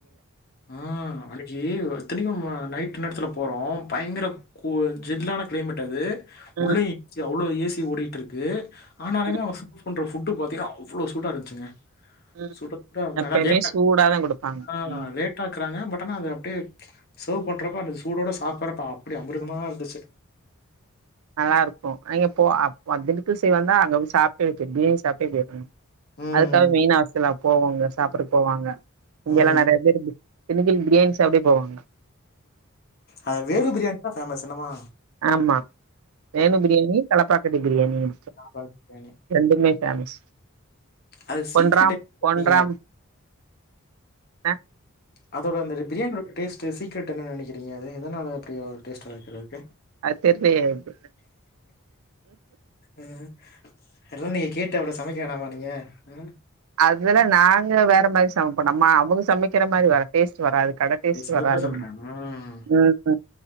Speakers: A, on the left; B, on the right.
A: ம் அன்னிக்கி இத்தனைக்கு அ நைட்டு நேரத்துல போறோ பயங்கர கூல் ஜில்லான க்ளைமேட் அது
B: ம்
A: உள்ளயு சி அவ்ளோ ஏ சி ஓடிட்டுருக்கு ஆனாலுமே
B: ம்
A: அவ சூ சூ பண்ற ஃபுட்டு பாத்தீங்கன்னா அவ்ளோ சூடா இருந்ச்சுங்க
B: ம்
A: சுட இருந்
B: எப்பயுமே
A: ஆனா லேட்டாக்
B: சூடாதா
A: <inaudible>
B: குடுப்பாங்க
A: ஆனா
B: ம்
A: லே லேட்டாக்றாங்க பட் ஆனா அது அப்டே சர்வ் பண்றப்போ அந்த சூடோட சாப்பட்றப்ப அப்டியே அமிர்தமா இருந்துச்சு
B: நல்லாருக்கு அங்க போ அப் அ திண்டுக்கல் சைட் வந்தா அங்க போய் சாப்ட்டிருக்கே பிரியாணி சாப்டே போயிருக்கங்க
A: ம்.
B: அதுக்காக மெயின் ஆஸ்ல்லா போவோங்க சாப்பட்றக்கு போவாங்க இங்கெல்லா
A: ம்.
B: நெறைய பேரு திண்டுக்கல் பிரியாணி சாப்டவே போவாங்க
A: அந்த வேணு பிரியாணி தா ஃபேமஸ் என்னமா
B: ஆமா வேணு பிரியாணி, தலப்பாகட்டி பிரியாணியு
A: ஞாபக <inaudible> டே
B: ரெண்டுமே ஃபேமஸ்
A: அது சீக்ரெட்
B: பொன்றாம் பொன்றாம் அ
A: அதோட அந்த பிரியாணியோட டேஸ்ட்டு சீக்ரெட் என்னன் நெனைக்கறீங்க அது எதனால அப்டியா ஒரு டேஸ்ட்டு வகிக்குறதுக்கு
B: அது தெர்லயே ஏனு
A: ம் அதெல்லா நீங்க கேட்டப்றோ சமைக்க வேணாமா நீங்க ம்
B: அதுல்லா நாங்க வேற மாரி சமைப்போ நம்ம அவங்க சமைக்கிற மாரி வரா டேஸ்ட்டு வராது கட டேஸ்ட்டு
A: ஏய், சதத்தை
B: வராது
A: சொல்றேன்
B: நமக்கு
A: உம்
B: ம் ம்